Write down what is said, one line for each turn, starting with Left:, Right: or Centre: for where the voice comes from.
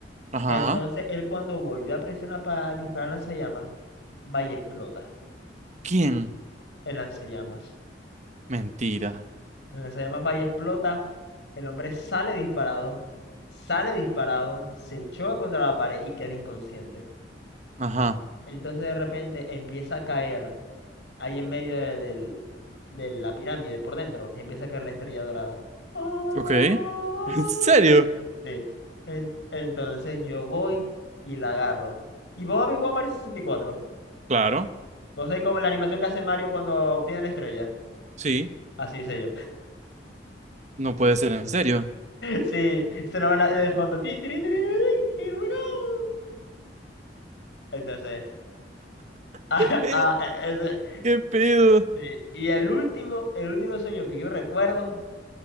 Right: Ajá.
Left: Entonces él cuando volvió a presionar para disparar lanzallamas, va y explota
Right: ¿Quién?
Left: el lanzallamas.
Right: Mentira.
Left: El lanzallamas va y explota, el hombre sale disparado, sale disparado, se choca contra la pared y queda inconsciente.
Right: Ajá.
Left: Entonces de repente empieza a caer ahí en medio de, del- de la pirámide, por dentro, empieza a caer la estrella dorada. ¡Ah!
Right: Ok. <laughs> ¿En serio?
Left: Sí. En- entonces yo voy y la agarro. ¿Y vos habéis jugado Mario sesenta y cuatro
Right: Claro.
Left: ¿Vos sabés cómo la animación que hace Mario cuando obtiene la estrella?
Right: Sí.
Left: Así hice yo. <laughs>
Right: No puede ser en serio.
Left: Sí, sonaba la de fondo. Tin, tirin, tirin, tirin, Here we go. Entonces, <laughs> ah,
Right: ¿Qué pedo?
Left: ah, e, ese-
Right: ¿Qué pedo?
Left: sí. Y el último, el último sueño que yo recuerdo